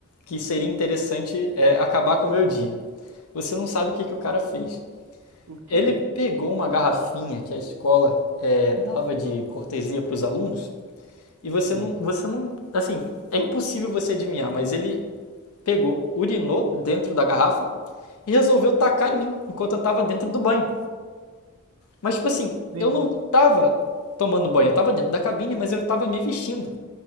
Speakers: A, on the left; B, on the right.
A: que seria interessante é, acabar com o meu dia. Você não sabe o que, que o cara fez.
B: O quê?
A: Ele pegou uma garrafinha que a escola eh, dava de cortesia para os alunos e você
B: Sim.
A: não, você não, assim, é impossível você adivinhar, mas ele pegou, urinou dentro da garrafa e resolveu tacar em mim enquanto eu estava dentro do banho. Mas tipo assim,
B: Sim.
A: eu não estava tomando banho, eu estava dentro da cabine, mas eu estava me vestindo.